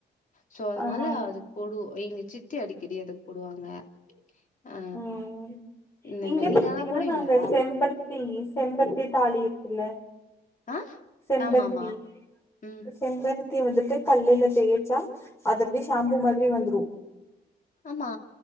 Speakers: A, on the left (about 45°); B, on the left (about 15°).
A: சோ அதனால
B: ஆமா ஆமா
A: அது போடு எங்க சித்தி அடிக்கடி அதப் போடுவாங்க ஆ
B: ம்
A: இந்த
B: இங்க
A: மாரி
B: பாத்தீங்கனா
A: நீங்கலாம் போடுவீங்களா?
B: நாங்க செம்பர்த் தி செம்பர்த்தி தாலி இருக்குல
A: ஆ
B: செம்பருத்தி
A: ஆமாமா. ம்.
B: செம்பருத்தி வந்துட் து கல்லுல தேச்சா அது அப்டி ஷாம்பு மாத்ரி வந்துரூ
A: ஆமா.